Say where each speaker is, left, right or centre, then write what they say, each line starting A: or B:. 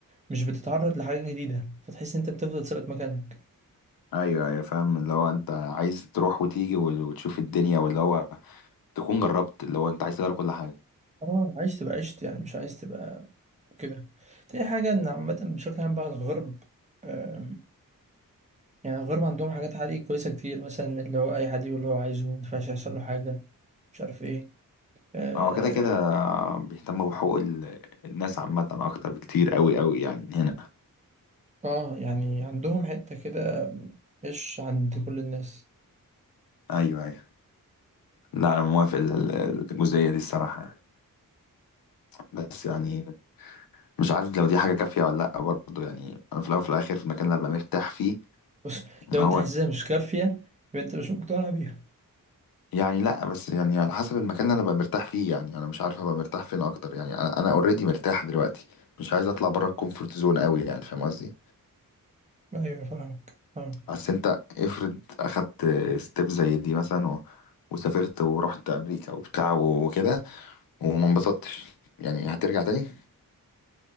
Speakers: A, on the right (about 20°); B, on the left (about 85°).
A: مش بتتعرض لحاجة جديدة فتحس إن أنت بتفضل ثابت مكانك
B: ايوه ايوه فاهم اللي هو انت عايز تروح وتيجي و- وتشوف الدنيا واللي هو تكون جربت اللي هو انت عايز تجرب كل حاجه
A: اه عايز تبقى عشت يعني مش عايز تبقى كده تاني حاجة إن عامة بشكل عام بقى الغرب آم، يعني الغرب عندهم حاجات عالية كويسة كتير مثلا اللي هو أي حد يقول اللي هو عايزه مينفعش يحصل له حاجة مش عارف إيه آه
B: هو كده كده بيهتموا بحقوق ال- الناس عامة أكتر بكتير أوي أوي يعني هنا
A: آه، يعني عندهم حتة كده مش عند كل الناس
B: ايوه ايوه لا أنا موافق ال- ال- الجزئية دي الصراحة يعني. بس يعني مش عارف لو دي حاجة كافية ولا لأ برضه يعني أنا في الأول وفي الآخر في المكان اللي أبقى مرتاح فيه
A: بص لو
B: هو
A: أنت حاسسها مش كافية يبقى أنت مش مقتنع بيها
B: يعني لأ بس يعني على حسب المكان اللي أنا أبقى مرتاح فيه يعني أنا مش عارف أبقى مرتاح فين أكتر يعني أنا أنا أوريدي مرتاح دلوقتي مش عايز أطلع بره الكومفورت زون أوي يعني فاهم قصدي؟
A: أيوة فاهمك فاهمك
B: اصل انت افرض اخدت ستيب زي دي مثلا و... وسافرت ورحت امريكا وبتاع وكده وما انبسطتش يعني هترجع تاني